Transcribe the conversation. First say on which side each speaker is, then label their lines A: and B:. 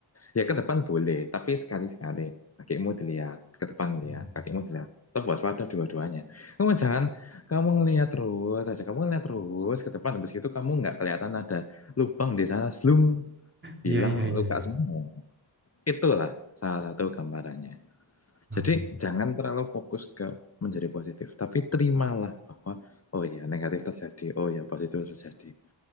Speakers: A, on the left (about 35°); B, on the right (about 25°).
A: Ya ke depan boleh, tapi sekali-sekali kakimu dilihat, ke depan
B: Hmm.
A: lihat, kakimu dilihat. Tetap waspada dua-duanya. Kamu jangan kamu ngelihat terus aja, kamu ngelihat terus ke depan. Habis itu kamu nggak kelihatan ada lubang di sana, slung, hilang
B: Iya, iya,
A: luka
B: iya, iya.
A: semua. Itulah salah satu gambarannya. Jadi
B: Hmm.
A: jangan terlalu fokus ke menjadi positif, tapi terimalah bahwa oh ya negatif terjadi, oh ya positif terjadi.